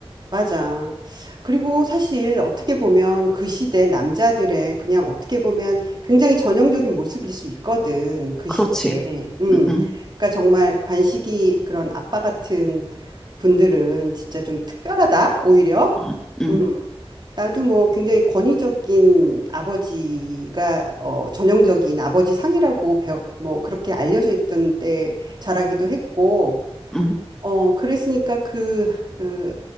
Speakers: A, on the right; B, in the centre.
A: 맞아. 그리고 사실 어떻게 보면 그 시대 남자들의 그냥 어떻게 보면 굉장히 전형적인 모습일 수 있거든. 그
B: 그렇지.
A: 시대에. 음.
B: 응, 응,
A: 그러니까 정말 관식이 그런 아빠 같은 분들은 진짜 좀 특별하다, 오히려.
B: 응, 응,
A: 음. 나도 뭐 굉장히 권위적인 아버지가 어, 전형적인 아버지 상이라고 배워, 뭐 그렇게 알려져 있던 때 자라기도 했고
B: 응, 응,
A: 어, 그랬으니까 그, 그